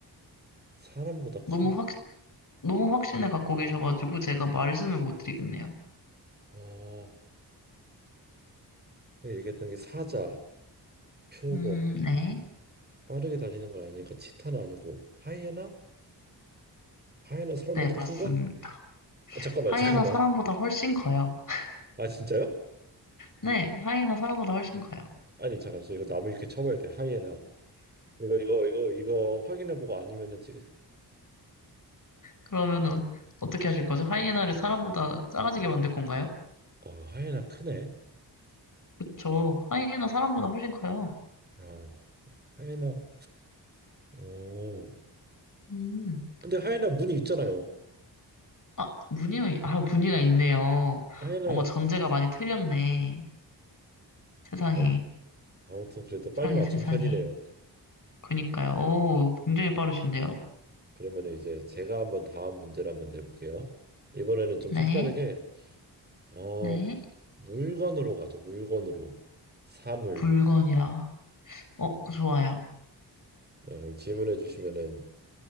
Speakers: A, on the right; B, on the left.
A: 사람보다 크.
B: 너무 확, 너무 확신을 갖고 계셔가지고 제가 말씀을 못 드리겠네요.
A: 어, 내가 얘기했던 게 사자, 표범,
B: 음, 네.
A: 빠르게 달리는 건 아니니까 치타는 아니고 하이에나? 하이에나 사람보다
B: 네, 맞습니다.
A: 큰가? 아, 잠깐만
B: 하이에나
A: 잠깐만
B: 사람보다 훨씬 커요. <laughs>
A: 아 진짜요?
B: 네, 하이에나 사람보다 훨씬 커요.
A: 아니 잠깐 저 이거 나무 이렇게 쳐봐야 돼 하이에나 이거 이거 이거 이거 확인해보고 아니면은 지금
B: 그러면은 어떻게 하실 거죠? 하이에나를 사람보다 작아지게 만들 건가요?
A: 어 하이에나 크네
B: 그쵸. 하이에나 사람보다 훨씬 커요.
A: 야 하이에나 어
B: 음.
A: 근데 하이에나 문이 있잖아요
B: 아, 무늬가, 아, 무늬가 있네요.
A: 하이에나
B: 어머, 전제가 많이 틀렸네. 세상에.
A: 아, 아무튼 그래도 빨리
B: 세상에,
A: 맞춘
B: 세상에.
A: 편이네요
B: 그니까요. 오, 굉장히 빠르신데요?
A: 그러면 이제 제가 한번 다음 문제를 한번 내볼게요 이번에는 좀
B: 네,
A: 색다르게 어
B: 네.
A: 물건으로 가죠 물건으로 사물
B: 물건이라. 어, 좋아요.
A: 네 그럼 질문해 주시면은